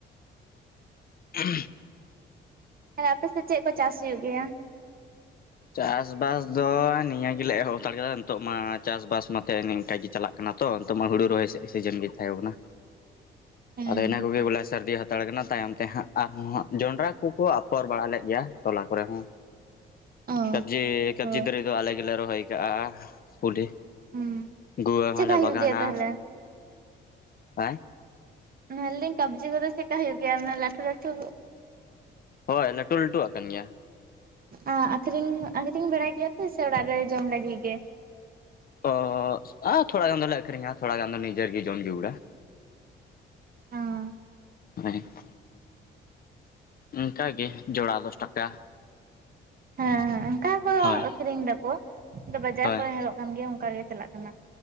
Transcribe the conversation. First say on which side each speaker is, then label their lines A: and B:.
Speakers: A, on the left (about 50°); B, on the right (about 45°).
A: <unintelligible>
B: ᱦᱸ ᱟᱯᱮᱥᱮᱫ ᱪᱮᱫ ᱠᱚ ᱪᱟᱥ ᱦᱩᱭᱩᱜ ᱜᱮᱭᱟ?
A: ᱪᱟᱥᱵᱟᱥ ᱫᱚ ᱱᱤᱭᱟᱹ ᱜᱮᱞᱮ ᱮᱦᱚᱵ ᱦᱟᱛᱟᱲ ᱠᱟᱫᱟ ᱱᱤᱛᱚᱜ ᱢᱟ ᱪᱟᱥᱵᱟᱥ ᱱᱚᱛᱮ ᱱᱤᱝᱠᱟᱜ ᱜᱮ ᱪᱟᱞᱟᱜ ᱠᱟᱱᱟ ᱛᱚ ᱱᱤᱛᱚᱜ ᱢᱟ ᱦᱩᱲᱩ ᱨᱚᱦᱚᱭ ᱥᱮᱜᱽ ᱥᱤᱡᱤᱱ ᱜᱮ ᱛᱟᱦᱮᱸᱭ ᱠᱟᱱᱟ
B: ᱦᱮᱸ
A: ᱟᱫᱚ ᱤᱱᱟᱹ ᱠᱚᱜᱤ ᱵᱚᱞ ᱥᱟᱨᱫᱤ ᱦᱟᱛ ᱯᱟᱲᱜᱱᱟ ᱛᱟᱭᱚᱢ ᱛᱮ ᱦᱟᱸᱜ ᱟᱨᱦᱚᱸ ᱦᱟᱸᱜ ᱡᱚᱸᱰᱨᱟ ᱠᱚᱠᱚ ᱟᱯᱷᱚᱨ ᱵᱟᱲᱟ ᱞᱮᱫ ᱜᱮᱭᱟ ᱴᱚᱞᱟ ᱠᱚᱨᱮ ᱦᱚᱸ᱾
B: ᱚ
A: ᱠᱟᱵᱽᱡᱤ ᱠᱟᱵᱽᱡᱤ
B: ᱦᱳᱭ
A: ᱫᱟᱨᱮ ᱫᱚ ᱟᱞᱮ ᱜᱮᱞᱮ ᱨᱚᱦᱚᱭ ᱟᱠᱟᱫᱟ ᱯᱩᱞᱤ
B: ᱦᱩᱸ
A: ᱜᱩᱣᱟᱹ
B: ᱪᱮᱠᱟ
A: ᱦᱚᱸᱞᱮ
B: ᱦᱩᱭᱩᱜ
A: ᱵᱟᱜᱟᱱᱟ,
B: ᱜᱮᱭᱟ ᱛᱟᱦᱚᱞᱮ
A: <unintelligible>
B: ᱢᱮᱱ ᱞᱤᱧ ᱠᱟᱹᱵᱽᱡᱤ ᱠᱚᱫᱚ ᱪᱮᱠᱟ ᱦᱩᱭᱩᱜ ᱜᱮᱭᱟᱮ? ᱢᱟᱱᱮ ᱞᱟᱹᱴᱩ ᱞᱟᱹᱴᱩ?
A: ᱦᱳᱭ ᱞᱟᱹᱴᱩ ᱞᱟᱹᱴᱩ ᱣᱟᱜ ᱠᱟᱱ ᱜᱮᱭᱟ᱾
B: ᱟᱸ ᱟᱠᱷᱨᱤᱧ ᱟᱹᱷᱨᱤᱧ ᱵᱟᱲᱟᱭ ᱜᱮᱭᱟ ᱯᱮ ᱥᱮ ᱚᱲᱟᱜ ᱨᱮ ᱡᱚᱢ ᱞᱟᱹᱜᱤᱫ ᱜᱮ?
A: ᱚᱻ ᱟᱸ ᱛᱷᱚᱲᱟ ᱜᱟᱱ ᱫᱚᱞᱮ ᱟᱠᱷᱨᱤᱧᱟ ᱛᱷᱚᱲᱟ ᱜᱟᱱ ᱫᱚ ᱱᱤᱡᱮᱨ ᱜᱮ ᱡᱚᱢ ᱡᱩᱣᱲᱟ᱾
B: ᱦᱮᱸ
A: ᱢᱮ <unintelligible> ᱚᱝᱠᱟ ᱜᱮ ᱡᱚᱲᱟ ᱫᱚᱥ ᱴᱟᱠᱟ᱾
B: ᱦᱮᱸ ᱦᱮᱸ ᱚᱱᱠᱟ ᱠᱚ
A: ᱦᱳᱭ
B: ᱟᱠᱷᱨᱤᱧ ᱫᱟᱠᱚ ᱵᱟᱡᱟᱨ
A: ᱦᱳᱭ
B: ᱠᱚᱨᱮ ᱧᱮᱞᱚᱜ ᱠᱟᱱ ᱜᱮᱭᱟ ᱚᱱᱠᱟ ᱜᱮ ᱪᱟᱞᱟᱜ ᱠᱟᱱᱟ᱾